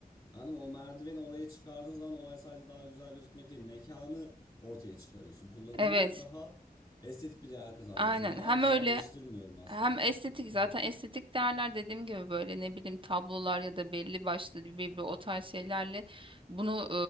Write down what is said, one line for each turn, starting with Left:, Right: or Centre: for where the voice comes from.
Left: Anladın mı? O merdiveni oraya çıkardığın zaman olay sadece daha güzel gözükmek değil. Mekanı ortaya çıkarıyorsun. Kullanımı
Right: Evet.
Left: daha estetik bir değer kazanmaya
Right: Aynen.
Left: çalışıyorum. Daha
Right: Hem
Left: güzelleştirmiyorum
Right: öyle
Left: aslında.
Right: hem estetik
Left: <laughs>
Right: zaten estetik değerler dediğim gibi böyle ne bileyim tablolar ya da belli başlı birbiri o tarz şeylerle bunu